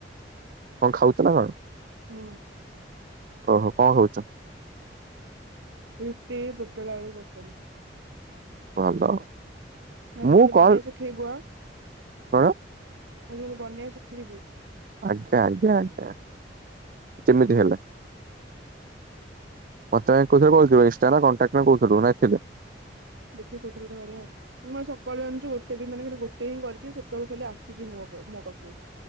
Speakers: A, on the right; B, on the right.
A: କଣ ଖାଉଛ ନା କଣ?।
B: ହୁଁ।
A: ଓହୋ କଣ ଖାଉଛ?
B: ରୁଟି ପୋଟଳ ଆଳୁ ତରକାରୀ।
A: ଭଲ।
B: ଆଜି
A: ମୁଁ
B: ଖାଲି
A: କଲ୍
B: ବନେଇଆ ଶିଖେଇବୁ ଆ।
A: କଣ?
B: ଆଜି ଖାଲି ବନେଇବା ଶିଖେଇବୁ।
A: ଆଜ୍ଞା ଆଜ୍ଞା ଆଜ୍ଞା ଯେମିତି ହେଲା। ମତେ କାହିଁ କହୁଥିଲୁ କୋଉଥି ପାଇଁ, ଇଷ୍ଟା ନା, କଣ୍ଟାକ୍ଟ କହୁଥିଲୁ ନା <unintelligible> ପାଇଁ?
B: ଦେଖିବି କୋଉଥିରେ ଗୋଟେ ବାଡେଆଉ। ମୁଁ ସକାଳୁ ଜାଣିଛୁ ଗୋଟେ ବି ମାନେ ଗୋଟେ ହିଁ କରିଛି ସେତେବେଳେ ଖାଲି ଆସୁଛି ମୋ ପା ମୋ ପାଖକୁ।